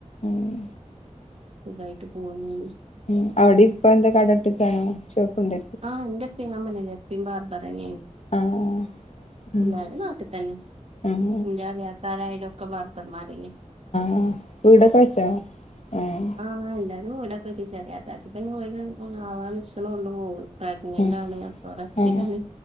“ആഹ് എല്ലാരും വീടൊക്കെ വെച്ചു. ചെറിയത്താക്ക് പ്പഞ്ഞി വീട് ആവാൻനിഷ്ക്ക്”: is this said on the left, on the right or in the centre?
Right